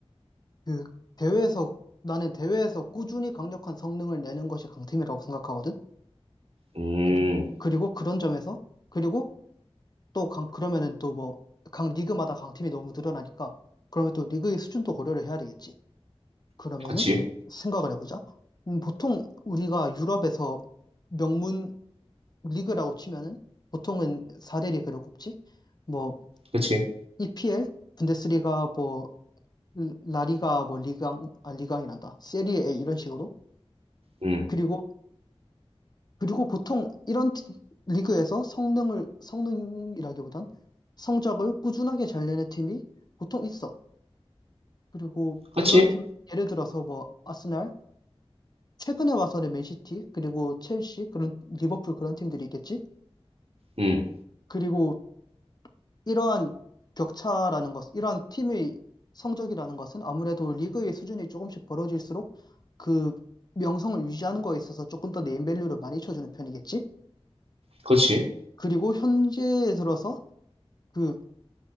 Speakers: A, on the left; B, on the right.
A: 그 대회에서, 나는 대회에서 꾸준히 강력한 성능을 내는 것이 강팀이라고 생각하거든?
B: 음,
A: 그리고, 그리고 그런 점에서, 그리고 또 강, 그러면은 또 뭐, 각 리그마다 강팀이 너무 늘어나니까, 그러면 또 리그의 수준도 고려를 해야 되겠지. 그러면은
B: 그치,
A: 생각을 해보자. 음, 보통 우리가 유럽에서 명문 리그라고 치면은 보통은 4대 리그로 꼽지. 뭐,
B: 그치,
A: EPL, 분데스리가, 뭐, 라리가, 뭐, 리강, 아, 리강이란다. 세리에 A 이런 식으로.
B: 음,
A: 그리고, 그리고 보통 이런 팀- 리그에서 성능을, 성능이라기보단 성적을 꾸준하게 잘 내는 팀이 보통 있어. 그리고
B: 그치,
A: 그런 팀, 예를 들어서 뭐, 아스날, 최근에 와서는 맨시티, 그리고 첼시, 그런, 리버풀 그런 팀들이 있겠지?
B: 음,
A: 그리고 이러한 격차라는 것, 이러한 팀의 성적이라는 것은 아무래도 리그의 수준이 조금씩 벌어질수록 그 명성을 유지하는 거에 있어서 조금 더 네임밸류를 많이 쳐주는 편이겠지?
B: 그치,
A: 그리고 현재에 들어서 그